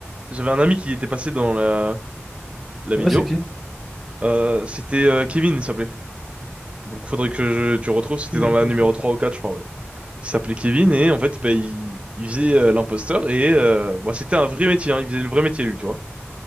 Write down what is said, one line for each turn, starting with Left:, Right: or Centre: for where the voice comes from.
Right: j'avais un ami qui était passé dans la, la
Centre: ah
Right: vidéo.
Centre: Ouais, c'est qui?
Right: Euh, c'était euh, Kevin, il s'appelait. Donc, faudrait que je, tu retrouves. C'était
Centre: Kevin,
Right: dans la
Centre: ok.
Right: numéro 3 ou 4, je crois. ouais. Il s'appelait Kevin et en fait, bah, il, il faisait euh, l'imposteur et euh, bon, c'était un vrai métier, hein, il faisait le vrai métier lui, tu vois.